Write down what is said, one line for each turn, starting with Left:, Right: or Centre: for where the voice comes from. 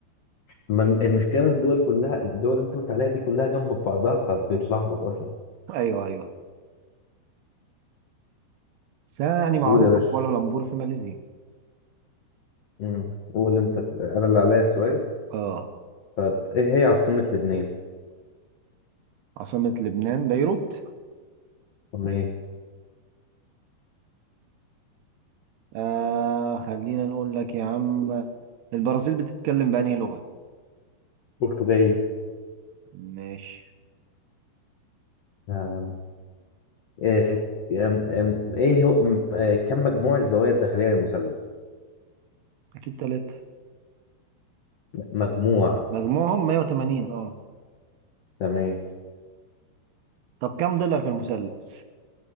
Left: من المشكله إن الدول كلها الدول اللي انت قلت عليها دي كلها جنب بعضها فبتلخبط اصلا
Right: أيوه أيوه بس يعني معروفة
Left: قول يا باشا
Right: كوالالمبور في ماليزيا
Left: امم قول انت انا اللي عليا السؤال
Right: اه
Left: طب ايه هي عاصمة لبنان
Right: عاصمة لبنان بيروت
Left: تمام
Right: آه خلينا نقول لك يا عم البرازيل بتتكلم بأنهي لغة
Left: برتغالي
Right: ماشي
Left: آه. آه، أم- أم- ايه هو م- آه، كم مجموع الزوايا الداخلية للمثلث
Right: أكيد تلاتة
Left: مجموعه
Right: مجموعهم 180 اه
Left: تمام
Right: طب كم ضلع في المثلث